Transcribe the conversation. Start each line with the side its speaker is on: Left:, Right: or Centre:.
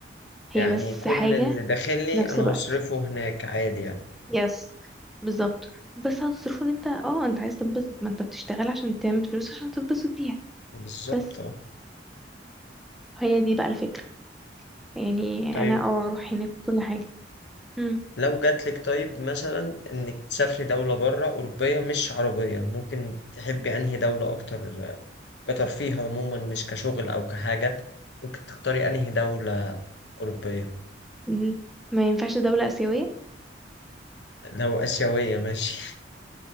Centre: هي
Left: يعني
Centre: بس
Left: كل
Centre: حاجة
Left: اللي داخلي
Centre: في نفس
Left: أنا
Centre: الوقت
Left: هصرفه هناك عادي يعني
Centre: يس بالظبط بس هتصرفه ان انت اه انت عايز تنبسط ما انت بتشتغل عشان تعمل فلوس عشان تنبسط بيها
Left: بالظبط
Centre: بس
Left: أه.
Centre: هي دي بقى الفكرة يعني
Left: طيب
Centre: انا اه اروح هناك وكل حاجة مم.
Left: لو جاتلك طيب مثلا انك تسافري دولة بره أوروبية مش عربية ممكن تحبي أنهي دولة أكتر كترفيه عموما مش كشغل أو كحاجة ممكن تختاري أنهي دولة أوروبية
Centre: مم. ما ينفعش دولة آسيوية
Left: لو آسيوية ماشي